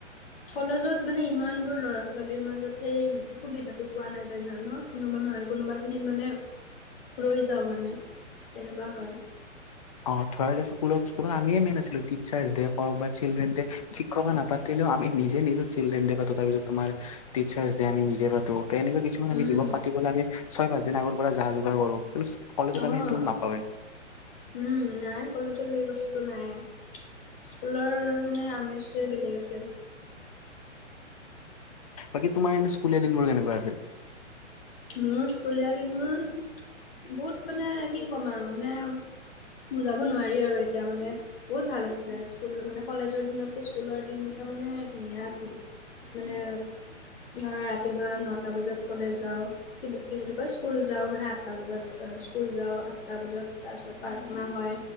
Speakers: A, on the left; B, on the left.
A: কলেজত মানে ইমান বোৰ ল'ৰা ছোৱালীৰ মাজত সেই সুবিধাটো পোৱা নাযায় ন। কোনোবা নহয় কোনোবা খিনিত মানে ৰৈ যাও মানে তেনেকুৱা হয়।
B: অ থৰা স্কুলত আমিয়ে মেইন আছিলো টিচাৰ্চ ডে হওক বা চিল্ড্ৰেন ডে। <inaudible> নাপাতিলেও আমি নিজে নিজৰ চিলড্ৰেন পাতো তাৰপিছত তোমাৰ। টিচাৰ্চডে আমি নিজে পাতো তে এনেকুৱা কি। ছুমান
A: উম।
B: আমি দিৱস পাতিবলৈ আমি ছয় পাঁচ দিন আগৰ পৰা যা যোগাৰ কৰো এজ কলেজত
A: অ',
B: আমি সেইটো নাপাওঁৱে।
A: উম নাই কলেজত সেই বস্তুটো নাই। স্কুলৰ মানে আমেজটোৱে বেলেগ আছে।
B: বাকী তোমাৰ এনে স্কুলীয়া দিনবোৰ কেনেকুৱা আছিল।
A: মোৰ স্কুলীয়া দিনবোৰ। বহুত মানে কি কম আৰু মানে বুজাব নোৱাৰি আৰু এতিয়া মানে। বহুত ভাল আছিলে স্কুল মানে কলেজৰ দিনতকে স্কুলৰ দিনকেইটা মানে ধুনীয়া আছিল। মানে ধৰা ৰাতিপুৱা নটা বজাত- কলেজ যাওঁ কি কি বুলি কয় স্কুল যাওঁ মানে- আঠটা বজাত স্কুল যাওঁ, আঠটা বজাত তাৰ পিছত প্ৰাৰ্থনা হয়।